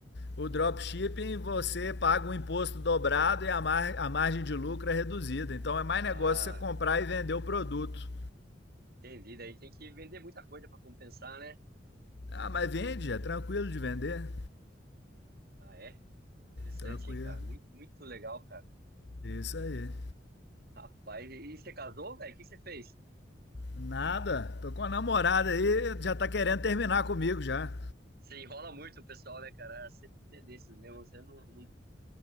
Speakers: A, on the left; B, on the right.
A: O dropshipping você paga um imposto dobrado e a, mar a margem de lucro é reduzida. Então é mais
B: Ah,
A: negócio você comprar e vender o produto.
B: entendi. Daí tem que vender muita coisa para compensar, né?
A: Ah, mas vende, é tranquilo de vender.
B: Ah, é? Interessante,
A: Tranquilo.
B: hein, cara? Muito, muito legal, cara.
A: Isso aí.
B: Rapaz, e e você casou, velho? O que você fez?
A: Nada. Tô com a namorada aí, já tá querendo terminar comigo já.
B: Você enrola muito o pessoal, né, cara? Ah, Você é desses mesmo, você não, não,